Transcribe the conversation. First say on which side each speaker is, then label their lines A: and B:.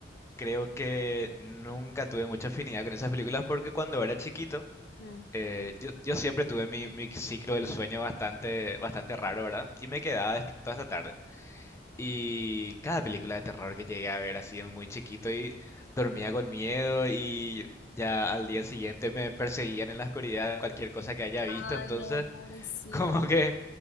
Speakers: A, on the left; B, on the left.
A: creo que nunca tuve mucha afinidad con esas películas porque cuando era chiquito,
B: Mm.
A: eh, yo, yo siempre tuve mi, mi ciclo del sueño bastante, bastante raro, ¿verdad? Y me quedaba despierto hasta tarde. Y cada película de terror que llegué a ver así de muy chiquito y dormía con miedo y ya al día siguiente me perseguían en la oscuridad cualquier cosa que haya visto,
B: Ay,
A: entonces
B: no, pobrecito.
A: <laughs> Como que,